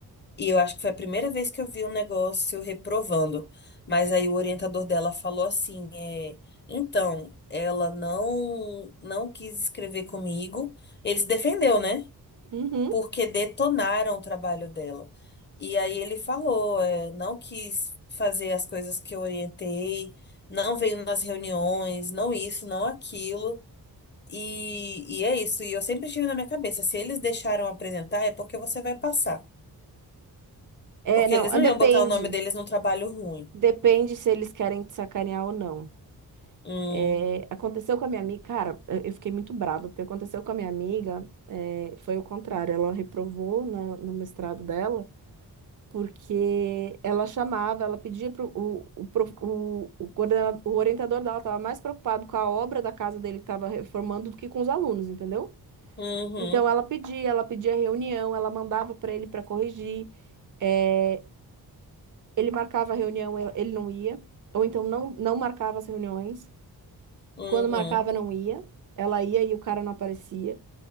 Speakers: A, on the left (about 30°); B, on the right (about 55°).
A: E eu acho que foi a primeira vez que eu vi um negócio reprovando. Mas aí o orientador dela falou assim, é, então, ela não não quis escrever comigo. Ele se defendeu, né?
B: Uhum.
A: Porque detonaram o trabalho dela. E aí ele falou, é, não quis fazer as coisas que eu orientei, não veio nas reuniões, não isso, não aquilo. E, e é isso. E eu sempre tive na minha cabeça, se eles deixaram apresentar, é porque você vai passar.
B: É,
A: Porque
B: não,
A: eles não
B: depende.
A: iam botar o nome deles num trabalho ruim.
B: Depende se eles querem te sacanear ou não.
A: Hum,
B: É, aconteceu com a minha amiga, cara, eu eu fiquei muito brava, porque aconteceu com a minha amiga, é, foi o contrário. Ela reprovou na- no mestrado dela, porque ela chamava, ela pedia pro, o, o, prof- o, o, coordena- o orientador dela estava mais preocupado com a obra da casa dele que estava reformando do que com os alunos, entendeu?
A: uhum,
B: Então ela pedia, ela pedia reunião, ela mandava para ele para corrigir, é, ele marcava a reunião, ele ele não ia ou então não, não marcava as reuniões.
A: uhum.
B: Quando marcava, não ia. Ela ia e o cara não aparecia.